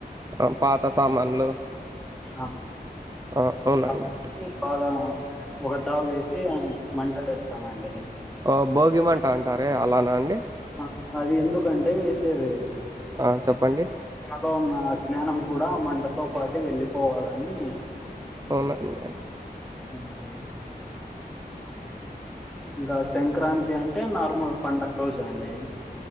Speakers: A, on the right; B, in the centre.
A: ఆ పాత సామాన్లు
B: ఆ
A: ఆ అవునండి
B: కాబట్టి బాగా ఒక తావు వేసి మంట వేస్తామండి
A: ఓ, భోగిమంట అంటారే అలానా అండి
B: ఆ అది ఎందుకంటే వేసేది
A: ఆ చెప్పండి
B: లో ఉన్న అజ్ఞానం కూడా మంటతో పాటు వెళ్ళిపోవాలని
A: అవునా <unintelligible>
B: సామండి ఇంకా సంక్రాంతి అంటే నార్మల్ పండగ రోజండి